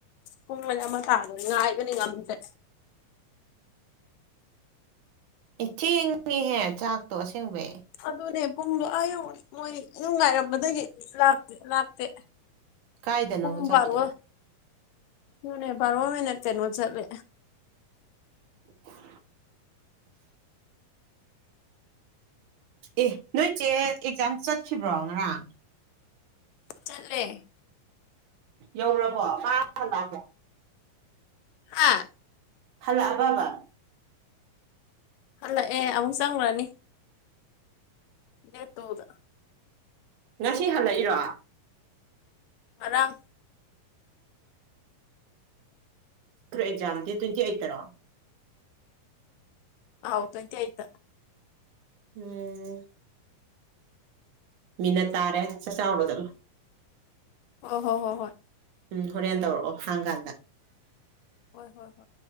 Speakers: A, on the left; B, on the right.
A: ꯄꯨꯡ ꯃꯅꯤ ꯑꯃ ꯇꯗꯣꯔꯦ ꯉꯥꯏꯕꯗꯤ ꯉꯝꯗꯦ
B: ꯑꯦ ꯊꯆꯦꯡꯉꯍꯦ ꯆꯥꯛꯇꯣ ꯑꯁꯦꯡꯕꯩ
A: ꯑꯗꯨꯅꯦ ꯄꯨꯡꯗꯣ ꯑꯥ ꯌꯧꯛ ꯃꯣꯏ ꯅꯨꯡꯉꯥꯏꯔꯝꯃꯗꯨꯢꯒꯤ ꯂꯥꯛꯇꯦ ꯂꯥꯛꯇꯦ
B: ꯀꯥꯏꯗꯅꯣꯕ
A: ꯄꯨꯡ
B: ꯆꯠꯈꯤꯗꯣ
A: ꯕꯥꯔꯣ ꯃꯅꯦ ꯕꯥꯔꯣ ꯍꯦꯟꯅ ꯀꯩꯅꯣ ꯆꯠꯂꯦ
B: <unintelligible> ꯑꯦ ꯅꯣꯏꯆꯦ ꯑꯦꯛꯖꯥꯝ ꯆꯠꯈꯤꯕ꯭ꯔꯣ ꯉꯔꯥꯡ
A: ꯆꯠꯂꯦ
B: ꯌꯧꯔꯕꯣ ꯃꯥ ꯍꯜꯂꯥꯛꯑꯕ
A: ꯍꯥꯥ
B: ꯍꯜꯂꯛꯑꯕꯕ
A: ꯍꯜꯂꯛꯑꯦ ꯑꯃꯨꯛ ꯆꯪꯉꯨꯔꯅꯤ ꯗꯦꯠ ꯇꯨꯗ
B: ꯉꯁꯤ ꯍꯜꯂꯛꯏꯔꯣ
A: ꯉꯔꯥꯡ
B: ꯇ ꯑꯦꯛꯖꯥꯝꯜꯒꯤ ꯇ꯭ꯋꯦꯟꯇꯤ ꯑꯦꯠꯇꯔꯣ
A: ꯑꯥꯎ ꯇ꯭ꯋꯦꯟꯇꯤ ꯑꯦꯠꯇ
B: ꯎꯝ ꯃꯤꯅꯠ ꯇꯥꯔꯦ ꯆꯥꯠ ꯆꯥꯎꯔꯣ ꯆꯠꯂꯣ
A: ꯑꯍ ꯍꯣ ꯍꯣ ꯍꯣꯏ
B: ꯎꯝ ꯍꯣꯔꯦꯟ ꯇꯧꯔꯛꯑꯣ ꯍꯥꯡ ꯀꯥꯟꯗ
A: ꯍꯣꯏ ꯍꯣꯏ ꯍꯣꯏ